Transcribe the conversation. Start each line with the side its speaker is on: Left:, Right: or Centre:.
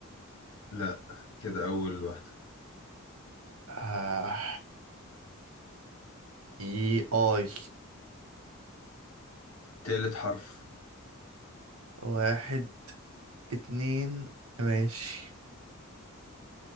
Left: لا كده أول واحدة
Right: آه. ايه اي
Left: تالت حرف
Right: واحد اتنين ماشي